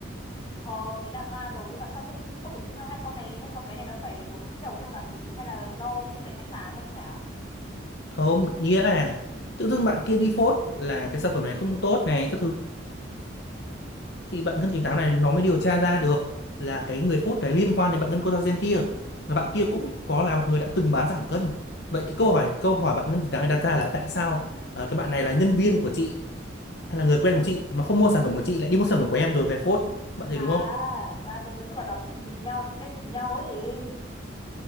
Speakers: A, on the left (about 25°); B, on the left (about 60°).
A: ờ thế là ma rồi nhưng mà sao tôi không hiểu sao hai con này hay con bé này nó phải đối đầu nhau làm gì hay là do tranh giành khách hàng hay như nào
B: không nghĩa là tự dưng bạn kia đi phốt là cái sản phẩm này không tốt này các thứ thì bạn ngân tính táo này nó mới điều tra ra được là cái người phốt đấy liên quan đến bạn ngân collagen kia và bạn kia cũng có là một người đã từng bán giảm cân vậy thì câu hỏi câu hỏi bạn ngân tính táo này đặt ra là tại sao ờ, cái bạn này là nhân viên của chị hay là người quen của chị mà không mua sản phẩm của chị lại đi mua sản phẩm của em rồi về phốt bạn thấy
A: à
B: đúng không
A: ra thế nói chung là nó chỉ dìm nhau tìm cách dìm nhau ấy gì